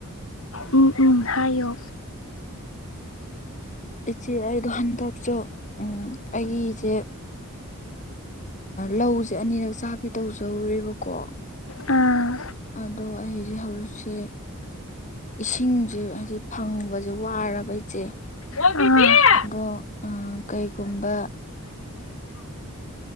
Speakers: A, on the left; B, on the left.
A: ꯎꯝ ꯎꯝ ꯍꯥꯏꯌꯨ
B: ꯏꯆꯦ ꯑꯩꯗꯣ ꯍꯟꯗꯛꯁꯨ ꯎꯝ ꯑꯩꯒꯤꯁꯦ ꯂꯧꯁꯦ ꯑꯅꯤꯔꯛ ꯆꯥꯕꯤ ꯇꯧꯖꯧꯦꯔꯤꯕꯀꯣ
A: ꯑꯥ
B: ꯑꯗꯣ ꯑꯩꯁꯦ ꯍꯧꯖꯤꯛꯁꯦ ꯏꯁꯤꯡꯁꯦ ꯍꯥꯏꯗꯤ ꯐꯪꯕꯁꯦ ꯋꯥꯔꯕ ꯏꯆꯦ
A: ꯑꯥ
B: ꯑꯗꯣ ꯀꯩꯒꯨꯝꯕ